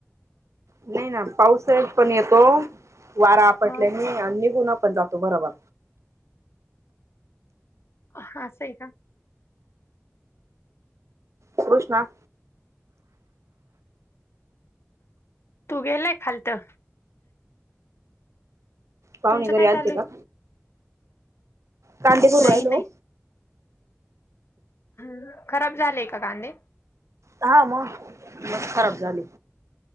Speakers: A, on the right; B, on the left.
A: नाही ना पाऊसा पण येतो वारा आपटल्याने
B: हो
A: निघून पण जातो बराबर.
B: हा असं हाय का?
A: कृष्णा.
B: तो गेलाय खालतं.
A: पावणे
B: तुमचं
A: घरी
B: काय
A: आलते
B: चालू आहे
A: का? कांदे भरू
B: नाही
A: राहिले
B: नाही
A: ओ.
B: ह खराब झालेय का कांदे?
A: हा मग मग खराब झाले.